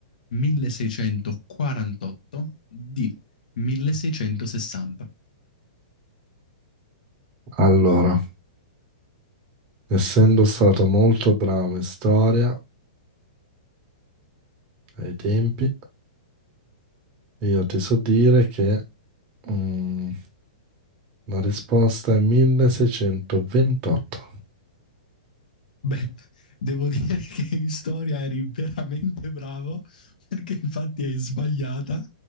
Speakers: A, on the left; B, on the right.
A: 1648. D. 1660.
B: Allora, essendo stato molto bravo in storia ai tempi, io ti so dire che mm, la risposta è 1628.
A: Beh, devo dire che in storia eri veramente bravo perché infatti hai sbagliata